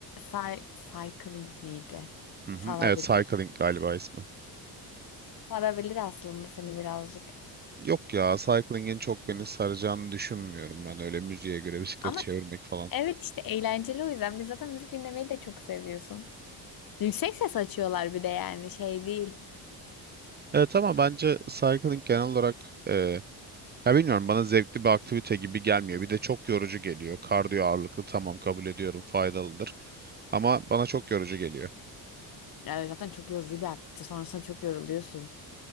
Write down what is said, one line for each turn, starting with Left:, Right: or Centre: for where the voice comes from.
Left: cy- cycling miydi?
Right: Hı
Left: Sarabilir.
Right: hı. Evet, cycling galiba ismi.
Left: Sarabilir aslında seni birazcık.
Right: Yok ya, cycling'in çok beni saracağını düşünmüyorum ben öyle müziğe göre bisiklet
Left: Ama
Right: çevirmek falan.
Left: Evet işte eğlenceli o yüzden. Biz zaten müzik dinlemeyi de çok seviyorsun. Yüksek ses açıyorlar bir de yani şey değil.
Right: Evet ama bence cycling genel olarak e, ya bilmiyorum bana zevkli bir aktivite gibi gelmiyor. Bir de çok yorucu geliyor. Kardiyo ağırlıklı tamam kabul ediyorum faydalıdır ama bana çok yorucu geliyor.
Left: Yani zaten çok yorucu bir aktivite. Sonrasında çok yoruluyorsun.